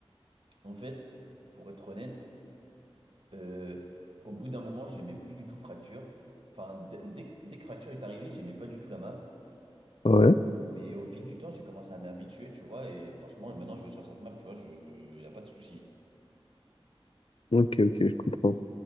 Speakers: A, on the right; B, on the left.
A: En fait, pour être honnête, Euh, au bout d'un moment, j'aimais plus du tout Fracture. Enfin, dès, dès que dès que Fracture est arrivé, j'aimais pas du tout la map.
B: Ah Ouais,
A: Mais au fil du temps, j'ai commencé à m'habituer, tu vois. Et franchement, maintenant, je vais sur cette map, tu vois, je, y a pas de souci.
B: ok ok je comprends.